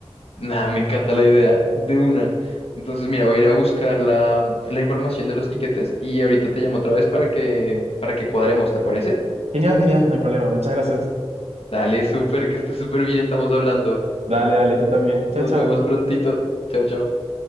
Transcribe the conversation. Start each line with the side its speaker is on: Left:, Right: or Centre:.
Left: Nada, me encanta la idea de una. Entonces, mira, voy a ir a buscar la, la información de los tiquetes y ahorita te llamo otra vez para que, para que cuadremos, ¿te parece?
Right: Genial, genial, no hay problema. Muchas gracias.
Left: Dale, súper, que esté súper bien, estamos hablando.
Right: Dale, dale, tú también.
Left: Nos
Right: Chao, chao.
Left: vemos prontito. Chao, chao.